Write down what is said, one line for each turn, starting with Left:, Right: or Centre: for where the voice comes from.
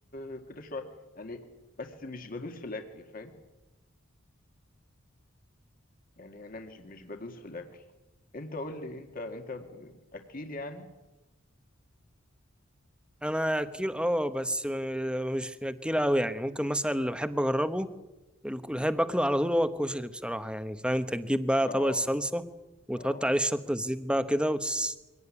Left: آه، كده شويه يعني بس مش بدوس في الاكل فاهم يعني انا مش مش بدوس في الاكل انت قول لي انت انت ب- اكيل يعني
Centre: انا اكيل اه بس آه، مش اكيل قوي يعني ممكن مثلا اللي بحب اجربه الك- اللي بحب اكله على طول هو الكشري بصراحه يعني فاهم انت تجيب بقى
Left: اه
Centre: طبق الصلصه وتحط
Left: اه
Centre: عليه شطه الزيت بقى كده وتس-